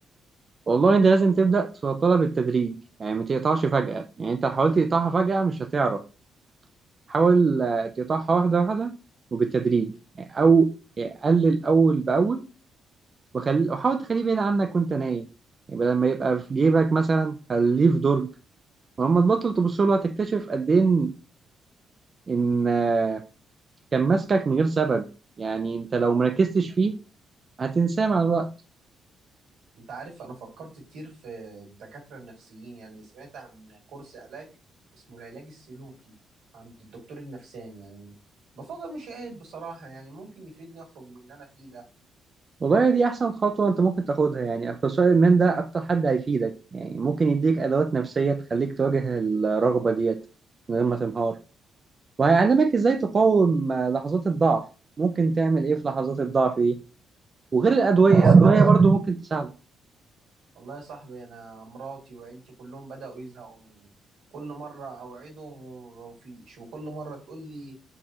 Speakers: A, on the right; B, on the right.
A: والله انت لازم تبدأ تفضلها بالتدريج يعني ما تقطعش فجأة يعني انت لو حاولت تقطعها فجأة مش هتعرف حاول آه، تقطعها واحدة واحدة وبالتدريج يعني او يعني قلل اول باول وخلي وحاول تخليه بعيد عنك وانت نايم يعني بدل ما يبقى في جيبك مثلا خليه في درج ولما تبطل تبص له هتكتشف قد ايه ان إن، آه، كان ماسكك من غير سبب يعني انت لو مركزتش فيه هتنساه مع الوقت
B: انت عارف انا فكرت كتير في الدكاترة النفسيين يعني سمعت عن كورس علاج اسمه العلاج السلوكي عند الدكتور النفساني يعني بفكر مش عيب بصراحة يعني ممكن يفيدني اخرج من اللي انا فيه ده
A: والله دي أحسن خطوة أنت ممكن تاخدها يعني أخصائي الإدمان ده أكتر حد هيفيدك يعني ممكن يديك أدوات نفسية تخليك تواجه الرغبة ديت من غير ما تنهار وهيعلمك إزاي تقاوم لحظات الضعف ممكن تعمل إيه في لحظات الضعف دي وغير الأدوية
B: والله
A: الأدوية
B: يا صاحبي
A: برضو ممكن تساعدك
B: والله يا صاحبي انا مراتي وعيلتي كلهم بدأوا يزهقوا مني كل مرة اوعدهم ومفيش وكل مرة تقول لي